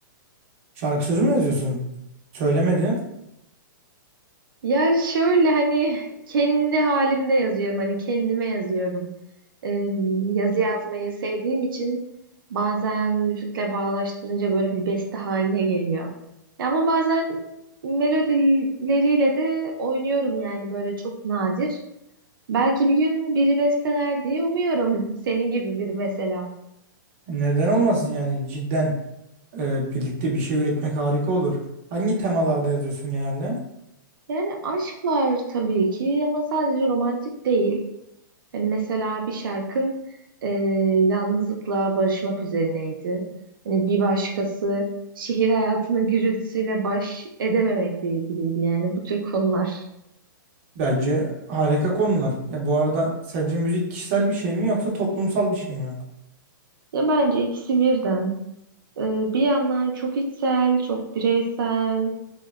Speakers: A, on the right; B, on the right.
A: Şarkı sözü mü yazıyorsun? Söylemedi.
B: Ya şöyle hani kendi halimde yazıyorum hani kendime yazıyorum. Ee, yazı yazmayı sevdiğim için bazen müzikle bağdaştırınca böyle bir beste haline geliyor. Ya ama bazen melodileriyle de oynuyorum yani böyle çok nadir. Belki bir gün biri besteler diye umuyorum. <laughs> Senin gibi biri mesela.
A: Neden olmasın yani cidden e, birlikte bir şey üretmek harika olur. Hangi temalarda yazıyorsun genelde?
B: Yani aşk var tabii ki ama sadece romantik değil. Hani mesela bir şarkın e, yalnızlıkla barışmak üzerineydi. Hani bir başkası şehir hayatını gürültüsüyle baş edememekle ilgiliydi. Yani bu tür konular.
A: Bence harika konular. Ya bu arada sence müzik kişisel bir şey mi yoksa toplumsal bir şey mi?
B: Ya bence ikisi birden. E, bir yandan çok içsel, çok bireysel.